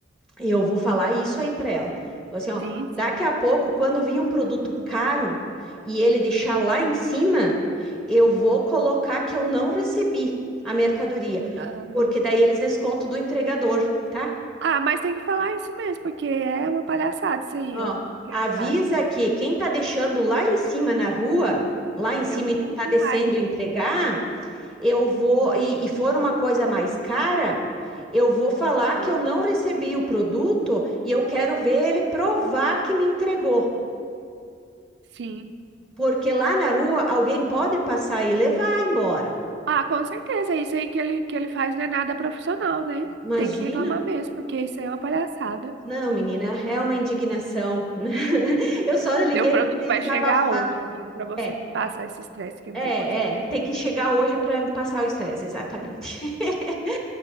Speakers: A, in the centre; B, on the right (about 65°).
A: eu vou falar isso aí pra ela. Vou assim, ó,
B: Sim, sim.
A: daqui a pouco, quando vir um produto caro e ele deixar lá em cima, eu vou colocar que eu não recebi a mercadoria,
B: Ah, não.
A: porque daí eles descontam do entregador, tá?
B: Ah, mas tem que falar isso mesmo, porque é uma palhaçada isso aí,
A: Ó,
B: ó, que
A: avisa
B: ele faz.
A: que quem tá deixando lá em cima na rua, lá em cima
B: Eu morro
A: e não tá
B: de
A: descendo
B: raiva
A: entregar,
B: disso.
A: eu vou, e, e for uma coisa mais cara, eu vou falar
B: Aham.
A: que eu não recebi o produto e eu quero ver ele provar que me entregou.
B: Sim.
A: Porque lá na rua alguém pode passar e levar embora.
B: Ah, com certeza. Isso aí que ele, que ele faz não é nada profissional, né?
A: Imagina?
B: Tem que reclamar mesmo, porque isso aí é uma palhaçada.
A: Não,
B: Hum.
A: menina, é uma indignação. <laughs> Eu só liguei
B: Seu produto
A: para te
B: vai
A: desabafar.
B: chegar hoje, amigo, pra você
A: É,
B: passar esse estresse, que não
A: É,
B: tem coisa.
A: é, tem que chegar
B: pior.
A: hoje para me passar o estresse, exatamente. <laughs>